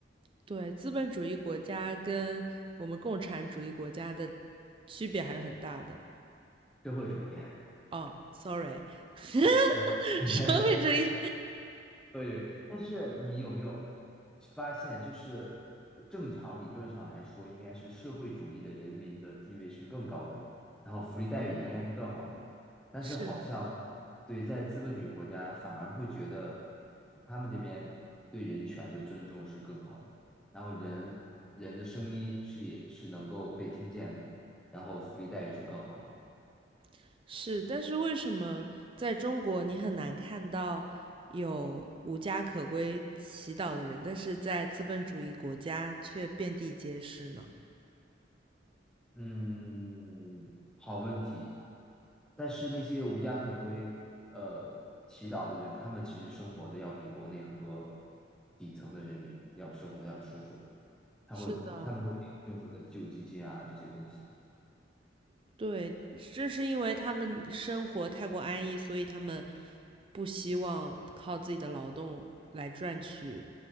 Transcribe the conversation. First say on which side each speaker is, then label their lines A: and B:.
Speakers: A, on the right (about 30°); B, in the centre.
A: 对，资本主义国家跟我们共产主义国家的区别还是很大的。
B: 社会主义，
A: 哦，sorry，<laughs>
B: <laughs> 嗯，<laughs>
A: 社会主义
B: 对对，但是你有没有发现，就是呃正常理论上来说，应该是社会主义的人民的地位是更高的，然后福利待遇也应该是更好的。但是好像对在资本主义国家，
A: 是
B: 反而会觉得他们这边对人权的尊重是更好的，然后人人的声音是也是能够被听见的，然后福利待遇是更好的。
A: <laughs> 是，但是为什么在中国你很难看到有无家可归祈祷的人，但是在资本主义国家却遍地皆是呢？
B: 嗯，好问题。但是那些无家可归、呃祈祷的人，他们其实生活的要比国内很多底层的人民要生活的要舒服，他会他们会有政府的救济金啊这些东西，
A: 是的，对，这是因为他们生活太过安逸，所以他们不希望靠自己的劳动来赚取